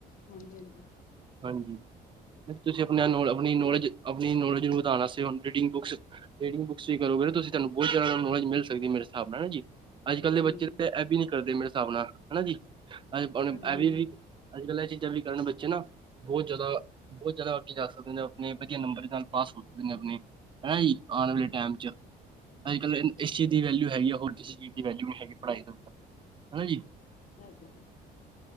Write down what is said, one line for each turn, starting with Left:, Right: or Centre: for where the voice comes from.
Left: ਹਾਂਜੀ ਹਾਂਜੀ
Right: ਹਾਂਜੀ ਤੁਸੀਂ ਆਪਣਾ ਨੌ ਆਪਣੀ ਨੌਲੇਜ ਆਪਣੀ ਨੌਲੇਜ ਵਦਾਣ ਵਾਸਤੇ ਹੁਣ ਡੇਟਿੰਗ ਬੁਕਸ ਡੇਟਿੰਗ ਬੁਕਸ ਹੀ ਕਰੋ ਗੇ ਤੁਸੀਂ। ਤੁਹਾਨੂੰ ਬਹੁਤ ਜਾਦਾ ਨੋਲਜ ਮਿਲ ਸਕਦੀ ਮੇਰੇ ਹਿਸਾਬ ਨਾਲ ਹਣਾ ਜੀ। ਅੱਜ ਕੱਲ੍ਹ
Left: ਹਾਂਜੀ
Right: ਦੇ ਬੱਚੇ
Left: ਹਾਂਜੀ
Right: ਤਾਂ ਇਹ ਵੀ ਨੀ ਕਰਦੇ ਮੇਰੇ ਹਿਸਾਬ ਨਾਲ ਹਨਾ ਜੀ ਅ ਆਪ
Left: ਹਾਂਜੀ
Right: ਇਹ ਵੀ ਵੀ ਅੱਜ ਕੱਲ੍ਹ ਇਹ ਚੀਜ਼ਾਂ ਵੀ ਕਰਨ ਬੱਚੇ ਨਾ ਬਹੁਤ ਜ਼ਿਆਦਾ ਬਹੁਤ ਜ਼ਿਆਦਾ ਅੱਗੇ ਜਾ ਸਕਦੇ ਨੇ ਆਪਣੇ ਵਧੀਆ ਨੰਬਰ ਨਾਲ ਪਾਸ ਹੋ। ਆਪਣੇ
Left: ਹਾਂਜੀ
Right: ਆਪਣੇ ਹਨਾ ਜੀ ਆਉਣ ਵਾਲੇ ਟਾਈਮ ਚ ਅੱਜ ਕੱਲ੍ਹ ਇਸ ਚੀਜ਼ ਦੀ ਵੈਲਿਊ ਹੈਗੀ ਆ ਹੋਰ ਕਿਸੇ ਚੀਜ਼ ਦੀ ਵੈਲਿਊ ਨਹੀਂ ਹੈਗੀ ਪੜ੍ਹਾਈ ਤੋਂ ਬਿਨਾ ਹਨਾ ਜੀ।
Left: ਉਹ ਤੇ ਹੈ।